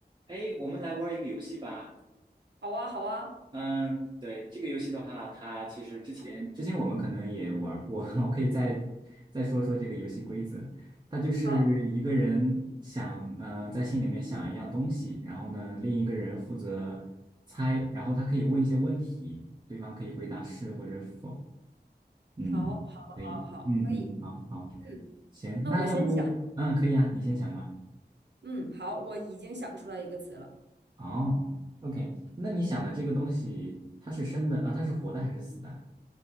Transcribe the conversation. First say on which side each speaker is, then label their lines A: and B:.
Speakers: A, on the right (about 25°); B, on the right (about 85°).
A: 哎，我们来玩一个游戏吧。
B: 好啊，好啊，
A: 嗯，对，这个游戏的话，它其实之前之前我们可能也玩过，<laughs> 我可以再再说说这个游戏规则。它就是一个人想嗯，
B: 好，
A: 在心里面想一样东西，然后呢另一个人负责猜，然后他可以问一些问题，对方可以回答是或者否。嗯，
B: 好，好，
A: 可以。
B: 好，好，
A: 嗯嗯，
B: 可以。
A: 好好，
B: 嗯，
A: 行，
B: 那我先想，
A: 那要不嗯可以啊，你先想吧。
B: 嗯，好，我已经想出来一个词了，
A: 哦，OK，那你想的这个东西，它是生的啊？它是活的还是死的？